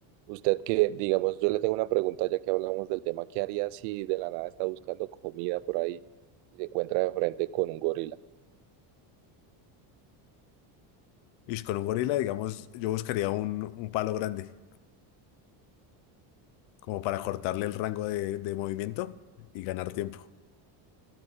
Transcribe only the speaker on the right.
Usted que, digamos, yo le tengo una pregunta ya que hablamos del tema, ¿qué haría si de la nada está buscando comida por ahí y se encuentra de frente con un gorila?